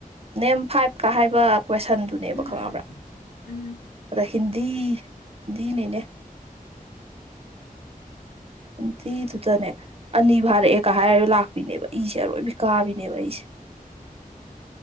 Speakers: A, on the right; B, on the left.
A: ꯅꯦꯝ ꯐꯥꯏꯕꯀ ꯍꯥꯏꯕ ꯀ꯭ꯋꯦꯁꯟꯗꯨꯅꯦꯕ
B: ꯎꯝ
A: ꯈꯪꯉꯕ꯭ꯔꯥ
B: ꯎꯝ ꯎꯝ
A: ꯑꯗꯩ ꯍꯤꯟꯗꯤꯤ ꯍꯤꯟꯗꯤ ꯅꯤꯅꯦ ꯍꯤꯟꯗꯤꯗꯨꯗꯅꯦ ꯑꯅꯤ ꯐꯥꯔꯛꯑꯦꯒ
B: ꯎꯝ
A: ꯍꯥꯏꯔ ꯂꯥꯛꯄꯤꯅꯦꯕ ꯏꯁꯦ ꯑꯔꯣꯏꯕꯤ ꯀꯥꯕꯤꯅꯦꯕ ꯑꯩꯁꯦ